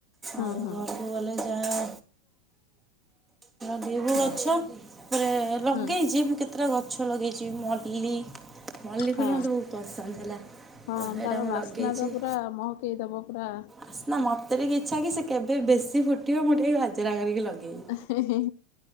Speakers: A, on the left (about 45°); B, on the right (about 15°).
A: ହୁଁ
B: ଆଉ
A: ହୁଁ
B: ଘରକୁ ଗଲେ ଯାହା ଦେବୁ
A: ହୁଁ
B: ଗଛ <unintelligible> ରେ ଲଗେଇଛି।
A: ହୁଁ
B: ମୁଁ କେତେଟା ଗଛ ଲଗେଇଛି ମଲ୍ଲି ମଲ୍ଲି ଫୁଲ
A: ହଁ।
B: ମତେ ବହୁତ ପସନ୍ଦ ହେଲା।
A: ହଁ
B: ତ ସେଇଟା
A: ତାର
B: ମୁଁ
A: ବାସ୍ନା
B: ଲଗେଇଛି
A: ତ ପୁରା ମହକେଇ ଦବ ପୁରା
B: ବାସ୍ନା ମୋତେ ଟିକେ ଇଚ୍ଛା କିି ସେ କେବେ ବେଶୀ ଫୁଟିବ ମୁଁ ଟିକେ ଗଜରା କରିକି ଲଗେଇବି।
A: ହେ-ହେ-ହେ